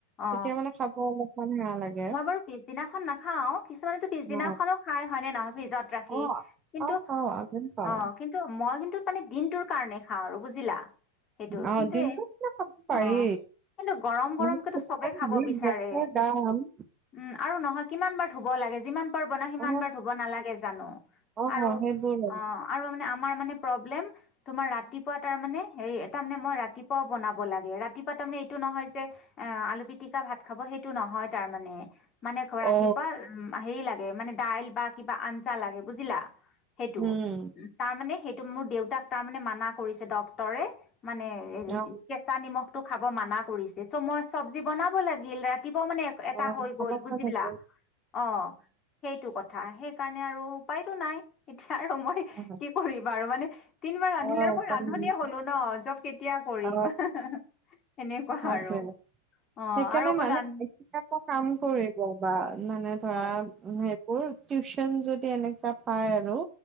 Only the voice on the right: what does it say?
তেতিয়া মানে খাব অলপমান বেয়া লাগে
অ
অ
খাওঁ খাওঁ আমিও খাওঁ
অ
দিনটো
ক খাব পাৰি
নহলে আজিকালি
গেছৰ দাম
অ
অ
সেইবোৰ
অ
উম
অ
অ
খাব
লাগে
অ
অ
উপায়
নাই
অ
সেইটোৱে
সেইকাৰণে
মানে
এতিয়া এটা কাম কৰিব বা মানে ধৰা
মোৰ টিউচন যদি এনেকা পাই আৰু